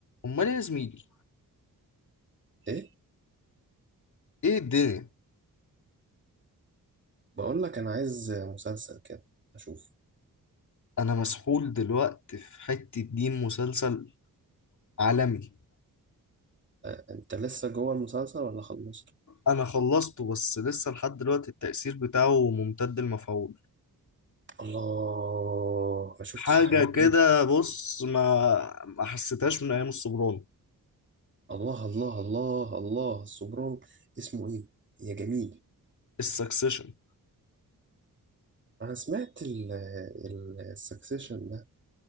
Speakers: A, on the left (about 55°); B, on the right (about 30°).
A: امال إيه يا زميلي
B: ايه
A: ايه الدنيا
B: بقول لك انا عايز مسلسل كده اشوف
A: انا مسحول دلوقتي في حتة دين مسلسل عالمي
B: أه انت لسه جوه المسلسل ولا خلصته
A: انا خلصته بس لسه لحد دلوقتي التأثير بتاعه ممتد المفعول
B: الله ما شفتش
A: حاجة
B: الحاجات دي
A: كده بص ما ما حسيتهاش من ايام السوبرانو
B: الله الله الله الله السوبرانو اسمه ايه يا جميل
A: السكسيشن
B: انا سمعت ال ال- السكسيشن ده